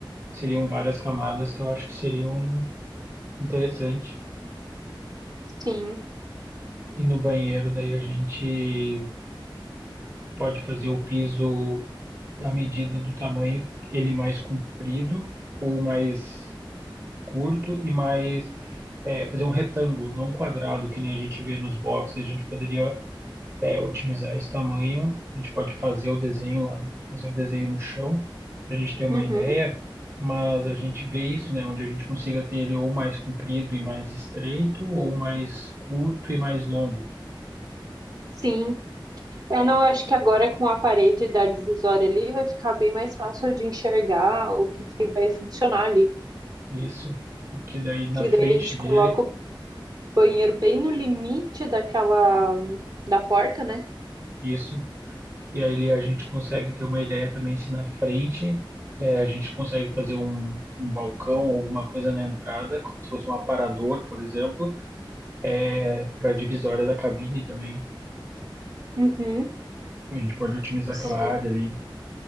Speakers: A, on the right; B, on the right.
A: seriam várias camadas que eu acho que seriam interessante.
B: Sim.
A: E no banheiro, daí a gente pode fazer o piso. à medida do tamanho, ele mais comprido ou mais curto e mais é, fazer um retângulo, não um quadrado, que nem a gente vê nos boxes. A gente poderia é, otimizar esse tamanho, a gente pode fazer o desenho lá, fazer o desenho no chão, para a gente ter uma
B: Uhum.
A: ideia, mas a gente vê isso, né, onde a gente consiga ter ele ou mais comprido e mais estreito, ou mais curto e mais longo.
B: Sim. Eu não eu acho que agora com a parede da divisória ali vai ficar bem mais fácil de enxergar o que que vai funcionar ali.
A: Isso, porque daí na
B: Porque
A: frente
B: daí a gente
A: dele,
B: coloca o banheiro bem no limite daquela da porta, né?
A: isso E aí a gente consegue ter uma ideia também se na frente é, a gente consegue fazer um, um balcão, alguma coisa na entrada, como se fosse um aparador, por exemplo, é, para a divisória da cabine também.
B: Uhum.
A: A gente pode otimizar
B: Sim,
A: aquela área ali.